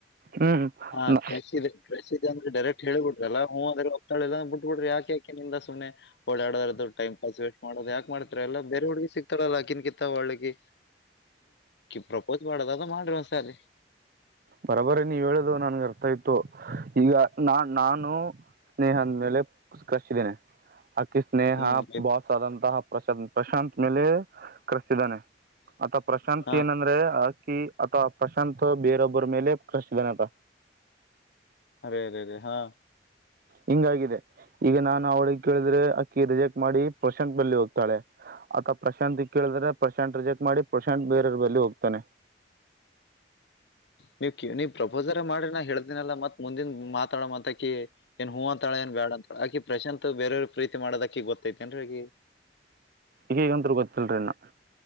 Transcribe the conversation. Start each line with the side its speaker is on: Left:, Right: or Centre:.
Right: ಹ್ಮ್
Left: ಹಾ ಕ್ರಷ್ ಇದೆ ಕ್ರಷ್ ಇದೆ ಅಂದ್ರೆ ಡೖರೆಕ್ಟ್ ಹೇಳ ಬಿಡ್ರಲ್ಲ ಹ್ಮ ಅಂದ್ರ ಒಪ್ತಳಲ್ಲ ಇಲ್ಲ ಅಂದ್ರ ಬಿಟ್ಬಿಡ್ರಿ ಯಾಕೆ <unintelligible> ಸುಮ್ನೆ ಅವ್ಳು <unintelligible> ಟೈಮ್ <unintelligible> ವೇಸ್ಟ್ ಮಾಡದು ಯಾಕ್ ಮಾಡ್ತೀರಿ ಎಲ್ಲ ಬೇರೆ ಹುಡ್ಗಿ ಸಿಕ್ ತ್ತಡಲ್ಲ ಆಕಿನ್ ಕಿತ್ತ ಒಳ್ಳಿಕಿ ಪ್ರಪೋಸ್ ಮಾಡದದ ಮಾಡ್ರಿ ಒಂದ್ಸಲಿ.
Right: ಬರೋಬರೆ ನೀವ್ ಹೇಳುದು ನನ್ಗೆ ಅರ್ಥಾಯ್ತು ಈಗ ನಾ ನಾನು ಸ್ನೇಹ ಅಂದ್ ಮೇಲೆ ಕ್ರಷ್ ಇದೇನೆ ಅಕಿ ಸ್ನೇಹ
Left: ಹ್ಮ್ ಇದ್-
Right: ಬಾಸಾದಂತ ಪ್ರಶಾಂತ್ ಪ್ರಶಾಂತ್ ಮೇಲೆ ಕಳ್ಸಿದ್ದಾನೆ. ಆತ ಪ್ರಶಾಂತ್
Left: ಹಾ
Right: ಏನಂದ್ರೆ ಅಕಿ ಆತ ಪ್ರಶಾಂತ್ ಬೇರೊಬ್ಬರ ಮೇಲೆ ಕ್ರಷಿದಾನಂತ.
Left: ಅರೆೇ ಅರೆೇ ಹಾ
Right: ಹಿಂಗ ಆಗಿದೆ ಈಗ ನಾನ್ ಅವಳಿಗೆ ಕೇಳಿದ್ರೆ ಅಕ್ಕಿ ರಿಜೆಕ್ಟ್ ಮಾಡಿ ಪ್ರಶಾಂತ್ ಬಳಿ ಹೋಗ್ತಾಳೆ ಆತ ಪ್ರಶಾಂತ್ ಕೇಳಿದ್ರೆ ಪ್ರಶಾಂತ್ ರಿಜೆಕ್ಟ್ ಮಾಡಿ ಪ್ರಶಾಂತ್ ಬೇರವ್ರ ಬಳಿ ಹೋಗ್ತಾನೆ
Left: ನೀವ್ ಕ ನೀವ ಪ್ರಪೋಸರ ಮಾಡ್ರಿ ನಾ ಹೇಳ್ದಿನಲ್ಲ ಮತ್ ಮುಂದಿನ ಮಾತಾಡ ಮಾತಾಕಿ ಏನ್ ಹೂವ ಅಂತಳ ಏ ಬಡ ಅಂತಾಳ ಆಾಕ ಪ್ರಶಾತ್ ಬೇರೆಯವ್ರ ಪ್ರೀತಿ ಮಾಡದಕಕ್ಕೆ ಗೊತ್ತೈತಿ ಎನ್ ರಿ ಅಕಿಗೆ
Right: ಇಕಿಗಿ ಅಂತ ಗೊತ್ತಲ್ರಿ ನಾ